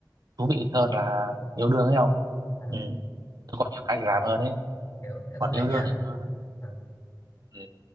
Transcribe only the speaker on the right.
thú vị hơn là yêu đương ấy không
ừ. tôi có nhiều cái để làm hơn ấy
còn
yêu
đương thì tôi
Ừ.